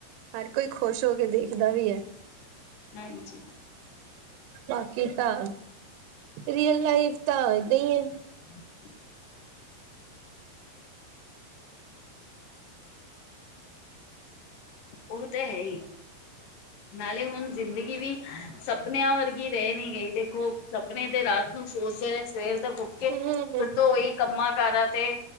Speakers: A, on the right (about 80°); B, on the left (about 65°).
A: ਹਰ ਕੋਈ ਖੁਸ਼ ਹੋ ਕੇ ਦੇਖਦਾ ਵੀ ਐ।
B: ਹਾਂਜੀ।
A: ਬਾਕੀ ਤਾਂ, ਰੀਅਲ ਲਾਈਫ ਤਾਂ ਏਦਾਂ ਈ ਐ।
B: <inaudible> ਓ ਤਾਂ ਹੈ ਈ, ਨਾਲੇ ਹੁਨ ਜ਼ਿੰਦ ਜਿੰਦਗੀ ਵੀ ਸਪਨਿਆਂ ਵਰਗੀ ਰੈ ਨੀ ਗਈ, ਦੇਖੋ ਸਪਨੇ ਦੇ ਰਾਤ ਨੂੰ ਸੋਚਦੇ ਰਏ ਸਵੇਰ ਤਾ ਉੱਠ ਕੇ
A: ਹੂੰ
B: ਫੇਰ ਤਾਂ ਓਈ ਕੰਮਾਂ ਕਾਰਾਂ ਤੇ